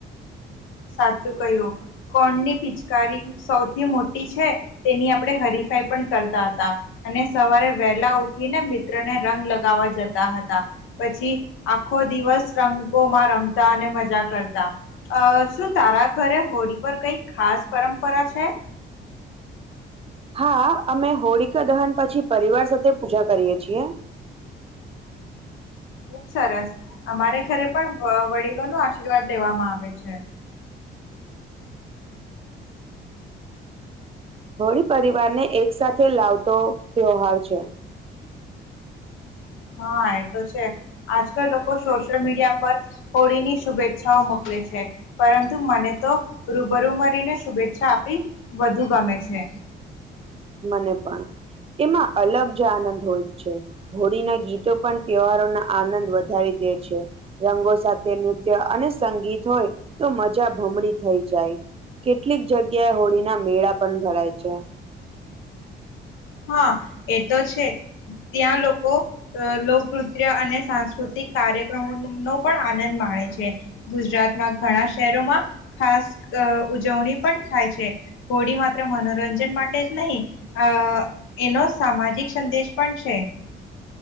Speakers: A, on the left (about 85°); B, on the right (about 30°).
A: સાચું કહ્યું કોણની પિચકારી સૌથી મોટી છે, તેની આપડે હરીફ ાઈ પણ કરતા હતા, અને સવારે વહેલા ઉઠી ને મિત્ર ને રંગ લગાવવા જતા હતા પછી આખો દિવસ રંગોમાં રમતા અને મજા કરતા અ શું તારા ઘરે હોળી, પર કઈ ખાસ પરંપરા છે.
B: હા, અમે હોળકાા દહન પછી પરિવાર સાથે પૂજા કરીએ છીએ.
A: ખુબ સરસ અમારે ઘરે પણ વડીલો નો આશીર્વાદ લેવામાં આવે છે.
B: હ હોળી, પરિવારને એક સાથે લાવતો ત્યોહાર છે.
A: હા, એ તો છે, આજકાલ લોકો સોશિયલ મીડિયા પર હોળી ની શુભેચ્છાઓ મક પરંતુ, મને તો રૂબરૂુ મરીને શુભેચ્છા, આપી વધુ ગમે છે.
B: હ મને પણ એમાં અલગ જ આનંદ હોય છે, હોળીના ગીતો પણ તહેવારો ના આનંદ વધારી રંગો સાથે નૃત્ય અને સંગીત હોય તો મજા ભમડી થઈ, જાય કેટલીક જગ્યાએ હોળીના, મેળા પણ ભરાય છે.
A: હા એ તો છે, ત્યાં લોકો લોકનૃત્ય અને સાંસ્કૃતિક કાર્યક્રમો નો પણ આનંદ માણે છે, ગુજરાતમાં ઘણા શહેરોમાં ખાસ અ ઉજવણી પણ થાય છે, હોડી માત્ર મનોરંજન માટે જ નહીં, અ એનો સામાજિક સંદેશ પણ છે.